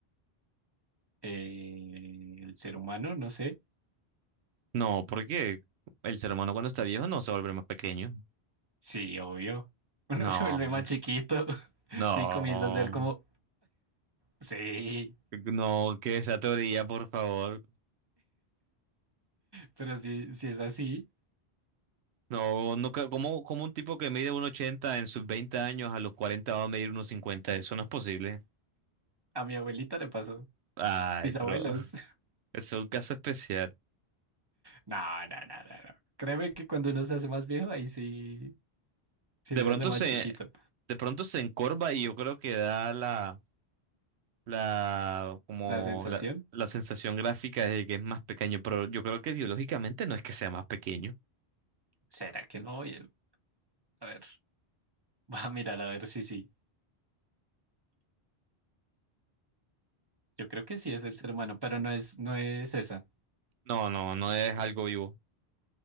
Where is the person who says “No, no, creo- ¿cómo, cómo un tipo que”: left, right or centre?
Right